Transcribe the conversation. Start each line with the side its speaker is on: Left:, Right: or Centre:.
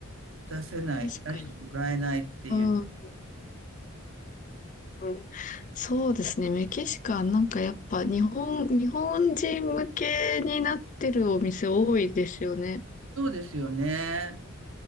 Right: 出せない、
Left: 確かに。
Right: 出してもらえないっていう。
Left: うん。うんうんそうですね。メキシカン、なんかやっぱ日本、日本人向けになってるお店多いですよね。
Right: そうですよね。